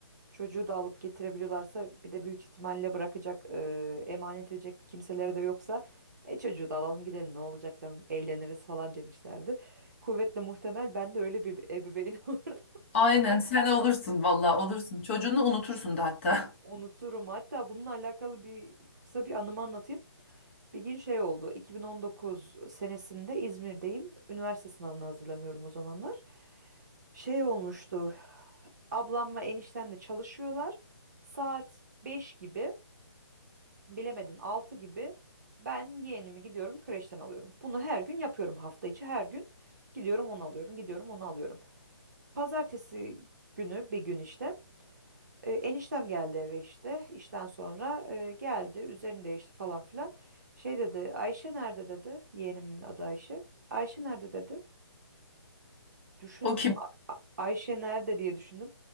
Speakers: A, on the right; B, on the left.
A: Çocuğu da alıp getirebiliyorlarsa bir de büyük ihtimalle bırakacak, e, emanet edecek kimseleri de yoksa e çocuğu da alalım gidelim ne olacak canım eğleniriz falan demişlerdir. Kuvvetle muhtemel ben de öyle bir ebeveyn <laughs> olurdum.
B: Aynen sen olursun valla olursun. Çocuğunu unutursun da hatta. <laughs>
A: Unuturum. Hatta bununla alakalı bir kısa bir anımı anlatayım. Bir gün şey oldu. 2019 senesinde İzmir'deyim. Üniversite sınavına hazırlanıyorum o zamanlar. Şey olmuştu. Ablamla eniştem de çalışıyorlar. Saat 5 gibi. bilemedin 6 gibi ben yeğenimi gidiyorum kreşten alıyorum. Bunu her gün yapıyorum hafta içi her gün gidiyorum onu alıyorum gidiyorum onu alıyorum. Pazartesi günü bir gün işte e, eniştem geldi eve işte işten sonra e, geldi üzerini değişti falan filan. Şey dedi Ayşe nerede dedi yeğenimin adı Ayşe. Ayşe nerede dedi. Düşündüm
B: O kim?
A: "A- Ayşe nerede diye düşündüm.